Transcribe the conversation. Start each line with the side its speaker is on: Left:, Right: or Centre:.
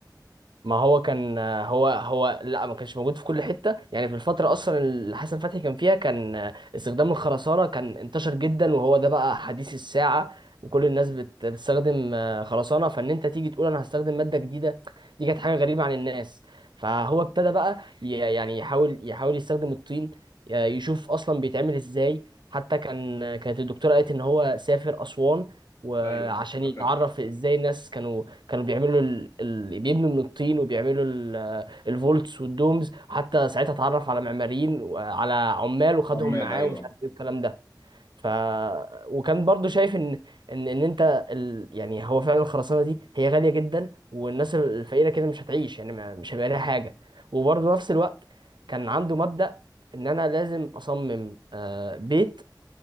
Right: ما هو كان هو هو لا ما كانش موجود في كل حته يعني في الفتره اصلا اللي حسن فتحي كان فيها كان استخدام الخرسانه كان انتشر جدا وهو ده بقى حديث الساعه وكل الناس بت- بتستخدم آه، خرسانه فان انت تيجي تقول انا هستخدم ماده جديده دي كانت حاجه غريبه عن الناس فهو ابتدى بقى ي- يعني يحاول يحاول يستخدم الطين آه، يشوف اصلا بيتعمل ازاي حتى كان كانت الدكتوره قالت ان هو سافر اسوان وعشان
Left: ايوه انا
Right: يتعرف
Left: فاكر
Right: ازاي الناس كانوا كانوا بيعملوا ال... ال... بيبنوا من الطين وبيعملوا ال... الفولتس والدومز حتى ساعتها اتعرف على معماريين وعلى عمال وخدهم
Left: عمال
Right: معاه
Left: ايوه
Right: ومش عارف ايه الكلام ده ف وكان برضو شايف ان ان ان انت ال... يعني هو فعلا الخرسانه دي هي غاليه جدا والناس الفقيره كده مش هتعيش يعني ما... مش هيبقى ليها حاجه وبرضو نفس الوقت كان عنده مبدأ ان انا لازم اصمم آه، بيت